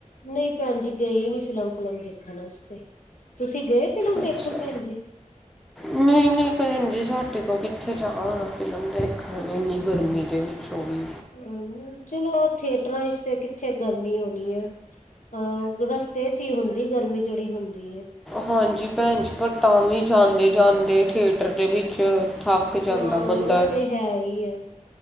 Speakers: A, on the left (about 65°); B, in the centre.
A: ਨਹੀਂ ਭੈਣ ਜੀ ਗਏ ਈ ਨੀ ਫਿਲਮ ਫੁਲਮ ਦੇਖਣ ਆਸਤੇ ਤੁਸੀਂ ਗਏ ਫਿਲਮ ਦੇਖਣ
B: ਅੱਛਾ
A: ਭੈਣ ਜੀ
B: ਨਹੀਂ ਨਹ ਭੈਣ ਜੀ ਸਾਡੇ ਕੋ ਕਿੱਥੇ ਜਾ ਹੋਣਾ ਫਿਲਮ ਦੇਖਣ ਲਈ ਇੰਨੀ ਗਰਮੀ ਦੇ ਵਿੱਚ ਓ ਵੀ
A: ਹਮ <unintelligible> ਚਲੋ ਥੀਏਟਰਾਂ ਚ ਤੇ ਕਿੱਥੇ ਗਰਮੀ ਹੋਣੀ ਐ ਹਾਂ ਓ ਰਸਤੇ ਚ ਹੀ ਹੁੰਦੀ ਗਰਮੀ ਜਿਹੜੀ ਹੁੰਦੀ ਐ
B: ਹਾਂਜੀ ਭੈਣ ਜ ਪਰ ਤਾਂ ਵੀ ਜਾਂਦੇ ਜਾਂਦੇ ਥੀਏਟਰ ਦੇ ਵਿੱਚ ਥੱਕ ਜਾਂਦਾ
A: ਹਾਂ
B: ਬੰਦਾ
A: ਉਹ ਤੇ ਹੈ ਹੀ ਹੈ